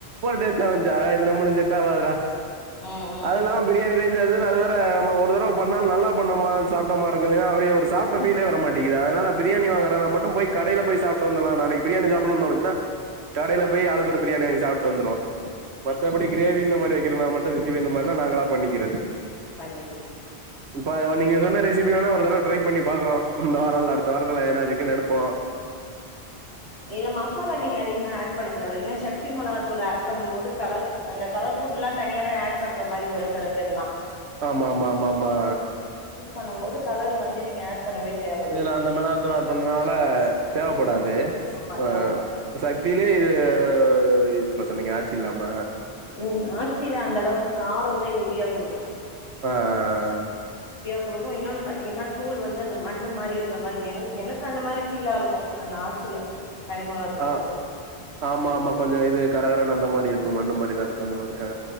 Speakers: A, on the right; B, on the left.
A: டேஸ்டா வந்ச்சு ஆ இது நம்ளுக்கு செட் ஆவாதுடா
B: ம் ம் ம்
A: அது இல்லாம பிரியாணி ரைஸ் அது வேற ஒரு தரவ பண்ணாலு நல்லா பண்ணமா சாப்டமா இருக்கு இல்லியா அவிங்க ஒரு சாப்ட ஃபீலே வர மாட்டிகிது அதனால பிரியாணி மீன் வாங்கறன் மட்டு போய் கடைல போய் சாப்டு வந்துர்லா நாளைக்கு பிரியாணி சாப்பிடும்னு தோனுச்சினா கடைல போய் ஆளுக்கு ஒரு பிரியாணி வாங்கி சாப்பிட்டு வந்துருவோ மத்தபடி கிரேவி இந்த மாதிரி இருந்தா மட்டு சித்தி <unintelligible> நாங்களா பண்ணிக்கிறது
B: பண்ணிக்கிடு
A: இப்ப நீங்க சொன்ன ரெசிபி வேணா ஒரு தட ட்ரை பண்ணி பாக்கறோ இந்த வாரம்ல அடுத்த வாரத்துல இதுக்குனு எடுப்போ
B: இல்ல மசாலா நீங்க அதிகமா ஆட் பண்ண தேவல ஷட் சத்தி மிளாத்தூள் ஆட் பண்ணும்போது கலர் அந்த கலர் ஃபுட்லா எல்லா தனியாவே ஆட் பண்ற மாரி வரு சில பேர்லா
A: ஆமா ஆமா ஆமா ஆமா
B: யூஸ் பண்ணும் போது கலர் வந்து நீங்க ஆட் பண்ணவே தேவல்ல
A: இதுல அந்த மிளகாத்தூள் ஆட் பண்றனால தேவப்படாது
B: ம் ஆமா
A: ஆ
B: தேவப்படு
A: சக் ப்பிலயே இது அ பண்ண சொன்னீங்க ஆச்சி இல்லாம
B: உம் ஆச்சியில அந்த அளவுக்கு காரந்தா ஹெவியா குடுக்கு
A: ஆ அ அ ஹ
B: குடுக்கு இன்னொன்னு பாத்தீங்கன்னா தூள் வந்து அந்த மண்ணு மாரி இருக்கற மாரி எனக்கு அந்த மாரி ஃபீலா இருக்கு அந்த ஆச்சில தனி மொளகாத்தூள்
A: ஆ
B: மட்டும்
A: ஆமா ஆமா கொஞ்ச இது கரகரன்னு அந்த மாரி இருக்கும் மண்ணு மாரிதா இருக்கும் அந்த மாரி ஆ